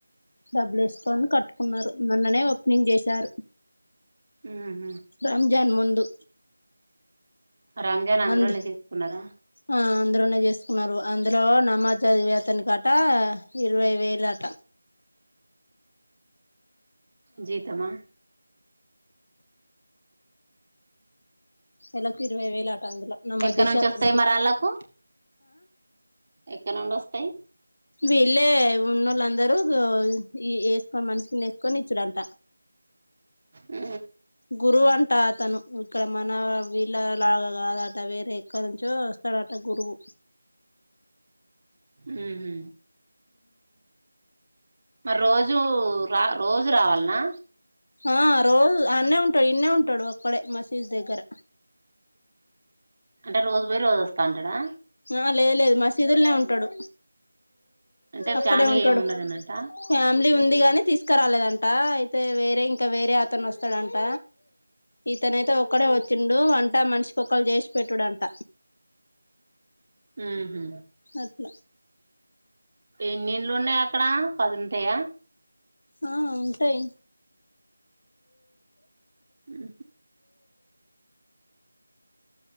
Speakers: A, on the left; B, on the right.
A: డబ్బులు వేసుకొని కట్టు కున్నారు నన్ననే ఓపెనింగ్ చేశారు
B: ఉహు
A: రంజాన్ ముందు
B: రంజాన్ అందులోనే
A: అంద్
B: చేసుకున్నారా
A: అందరునే చేస్ కున్నారు అందులో నమాజ్ చదివే అతనికి అట ఇరవై వేలట
B: జీతమా
A: నెలకి ఇరువైవేలు అ అందులో నమాజ్
B: ఎక్కడ
A: చేసే
B: నుంచి
A: అతనికి
B: వస్తాయి మరి ఆళ్ళకు ఎక్కడ నుండి వస్తాయి
A: వెళ్ళే ఉన్నోళ్ళందరూ వేసుకొని మనిషికి ఇన్ని వేసుకొని ఇచ్చుడంట
B: ఉ
A: గురువంట అతను ఇక్కడ మన వీళ్ళ లాగా కాదట వేరే ఎక్కడ నుంచో వస్తాడట గురువు
B: ఉ హు మరి రోజు రా రోజు రావాలనా
A: ఆ రోజు ఆనే ఉంటాడు ఇన్నె ఉంటాడు ఒక్కడే మసీదు దగ్గర
B: అంటే రోజు పోయి రోజు వస్తాంటాడా
A: ఆ లేదు లేదు మసీదులనే ఉంటాడు
B: అంటే
A: అక్కడే
B: ఫ్యామిలీ
A: ఉంటాడు
B: ఏమి ఉండదు అన్నట్ట
A: ఫ్యామిలీ ఉంది గాని తీస్ క రాలేదంట అయితే వేరే ఇంకా వేరే అతను వస్తాడంట ఇతనైతే ఒక్కడే వచ్చిండు వంట మనిషి పొక్కలు చేసి పెట్టుడంట
B: ఉహు
A: అట్లా
B: ఎన్నిండ్లు ఉన్నాయి అక్కడ పదుంటాయ
A: ఆ ఉంటాయి
B: ఉ హు